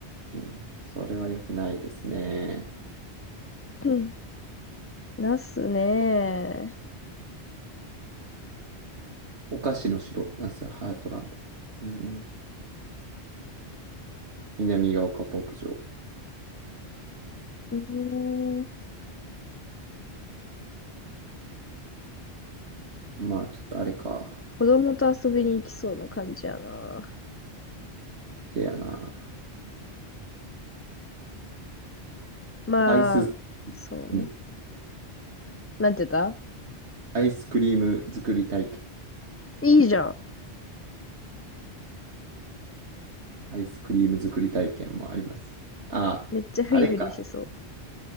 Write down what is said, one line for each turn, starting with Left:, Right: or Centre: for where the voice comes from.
Right: ねそれは良くないですね。
Left: うん。<coughs> ナスね。
Right: お菓子の城、ナス、ハートランド。うんうん。南が丘牧場。
Left: うーん
Right: まあ、ちょっとあれか。
Left: 子供と遊びに行きそうな感じやな。
Right: せやな。
Left: まあ、
Right: アイス、
Left: そうね。
Right: うん。
Left: なんて言った
Right: アイスクリーム作り体験。
Left: いいじゃん。
Right: アイスクリーム作り体験もあります。あ、
Left: めっちゃフリフリしそう。
Right: あれか。